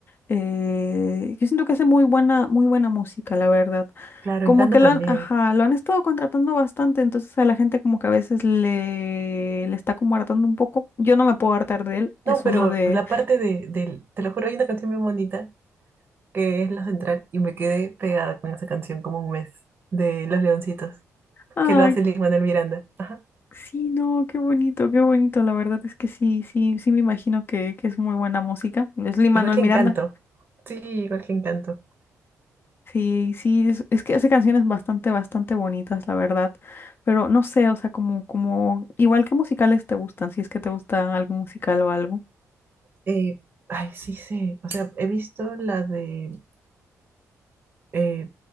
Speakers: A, on the left; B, on the right.
A: Eh, yo siento que hace muy buena, muy buena música, la verdad.
B: claro,
A: Como
B: Encanto
A: que lo
B: también.
A: han, ajá, lo han estado contratando bastante, entonces a la gente como que a veces le, le está como hartando un poco. Yo no me puedo hartar de él, es
B: No, pero
A: uno de,
B: la parte de, del, te lo juro, hay una canción muy bonita que es la central y me quedé pegada con esa canción como un mes de Los Leoncitos,
A: ay,
B: que lo hace Lin-Manuel Miranda. Ajá.
A: sí, no, qué bonito, qué bonito, la verdad es que sí, sí, sí me imagino que, que es muy buena música. Es Lin-Manuel
B: Igual que
A: Miranda.
B: Encanto. Sí, igual que Encanto.
A: Sí, sí, es, es que hace canciones bastante, bastante bonitas, la verdad. Pero no sé, o sea, como, como, igual que musicales te gustan, si es que te gusta algún musical o algo.
B: Eh, ay, sí sé. O sea, he visto la de Eh,